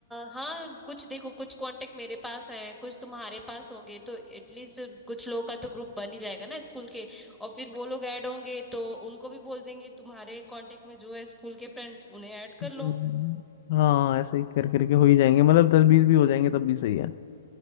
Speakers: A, in the centre; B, on the left.
A: हाँ कुछ देखो कुछ कांटेक्ट मेरे पास हैं कुछ तुम्हारे पास होंगे तो एटलीस्ट कुछ लोगों का तो ग्रुप बन ही जाएगा ना स्कूल के और फिर वो लोग ऐड होंगे तो उनको भी बोल देंगे तुम्हारे कांटेक्ट में जो है स्कूल के फ्रेंड्स उन्हें ऐड
B: हम्म,
A: कर लो
B: हाँ ऐसे ही कर करके हो ही जाएंगे मतलब दस बीस भी हो जाएंगे तब भी सही है